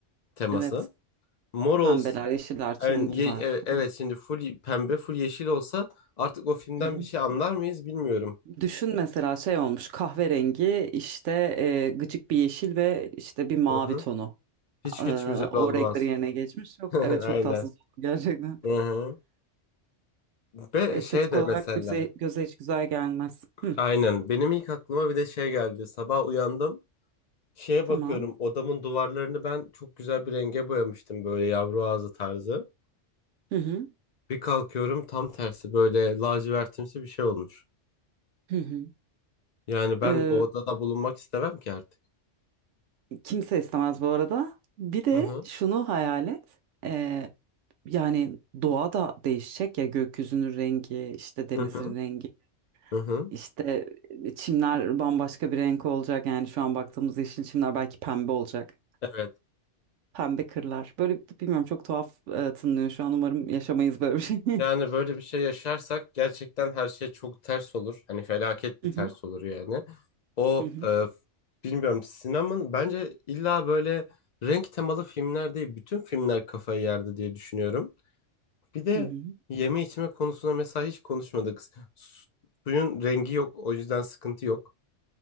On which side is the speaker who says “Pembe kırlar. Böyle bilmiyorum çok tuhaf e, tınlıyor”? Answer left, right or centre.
Right